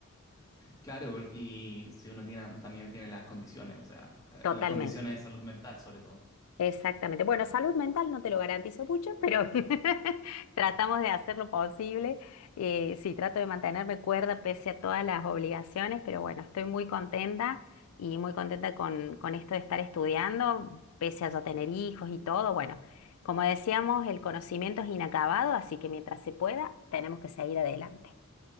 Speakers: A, on the left; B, on the left.
A: Claro, porque y si uno tiene, también tiene las condiciones, o sea, eh,
B: Totalmente.
A: las condiciones de salud mental sobre todo,
B: Exactamente. Bueno, salud mental no te lo garantizo mucho, pero <laughs> tratamos de hacer lo posible. Eh, sí, trato de mantenerme cuerda pese a todas las obligaciones, pero bueno, estoy muy contenta y muy contenta con, con esto de estar estudiando, pese a ya tener hijos y todo. Bueno, como decíamos, el conocimiento es inacabado, así que mientras se pueda, tenemos que seguir adelante.